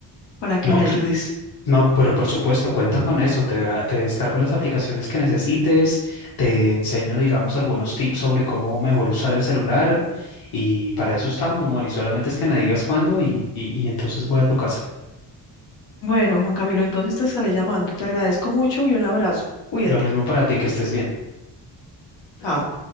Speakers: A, on the left; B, on the left.
A: para que
B: no
A: me ayudes.
B: No, pero por supuesto, cuenta con eso. Te, va- te descargo las aplicaciones que necesites, te enseño, digamos, algunos tips sobre cómo mejor usar el celular y para eso estamos, Moni. Solamente es que me digas cuándo y, y y entonces voy a tu casa.
A: Bueno, Juan Camilo, entonces te estaré llamando. Te agradezco mucho y un abrazo. Cuídate.
B: Lo mismo para ti, que estés bien.
A: Chao.